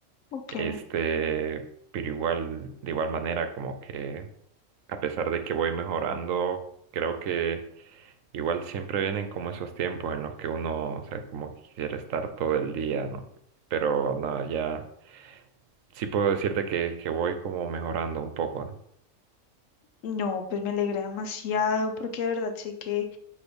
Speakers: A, on the left; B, on the right.
A: Ok.
B: Este, pero igual, de igual manera, como que a pesar de que voy mejorando, creo que igual siempre vienen como esos tiempos en los que uno, o sea, como que quisiera estar todo el día, ¿no? pero no, ya sí puedo decirte que, que voy como mejorando un poco. ¿no?
A: No, pues me alegra demasiado porque de verdad sé que,